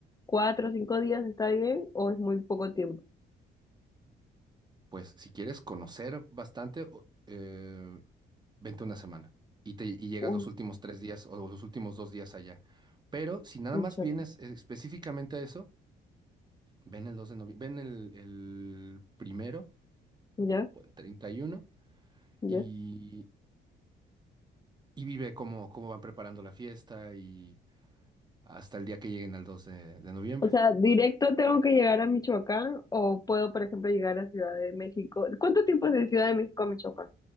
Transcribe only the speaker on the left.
cuatro o cinco días está bien o es muy poco tiempo?
Uy,
Michoacán.
Ya,
ya.
O sea, ¿directo tengo que llegar a Michoacán o puedo, por ejemplo, llegar a Ciudad de México? ¿Cuánto tiempo es de Ciudad de México a Michoacán?